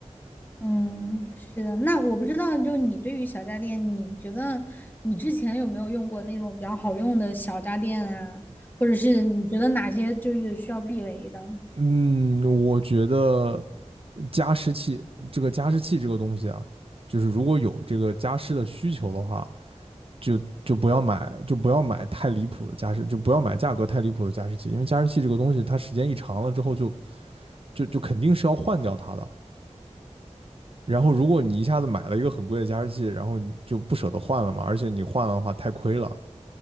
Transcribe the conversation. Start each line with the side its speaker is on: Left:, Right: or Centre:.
Left: 嗯，是的。那我不知道，就你对于小家电，你觉得你之前有没有用过那种比较好用的小家电啊？或者是你觉得哪些就是需要避雷的？
Right: 嗯，我觉得加湿器这个加湿器这个东西啊，就是如果有这个加湿的需求的话。就就不要买，就不要买太离谱的加湿，就不要买价格太离谱的加湿器，因为加湿器这个东西，它时间一长了之后就，就就就肯定是要换掉它的。然后，如果你一下子买了一个很贵的加湿器，然后你就不舍得换了嘛，而且你换了的话太亏了。